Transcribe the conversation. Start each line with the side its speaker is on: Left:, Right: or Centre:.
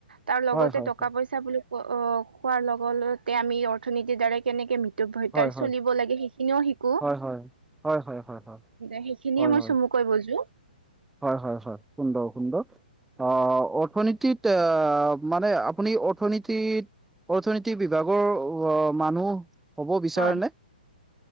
Right: তাৰ লগতে
Centre: হয় হয়
Right: টকা
Centre: হয়
Right: পইচা বুলি ক অ কোৱাৰ লগতে আমি অৰ্থনীতিৰ দ্বাৰাই কেনেকে ম
Centre: হয়
Right: তাৰ চুলিব
Centre: হয়
Right: লাগে সেইখিনিও শিকো।
Centre: হয় হয়, হয় হয় হয় হয়,
Right: যে সেইখিনিয়ে
Centre: হয়
Right: মই
Centre: হয়।
Right: চমুকৈ বুজো
Centre: হয় হয় হয়, সুন্দৰ সুন্দৰ, অ অৰ্থনীতিত মানে আপুনি অৰ্থনীতি অৰ্থনীতি বিভাগৰ অ মানুহ ক'ব বিচাৰে
Right: হয়
Centre: নে?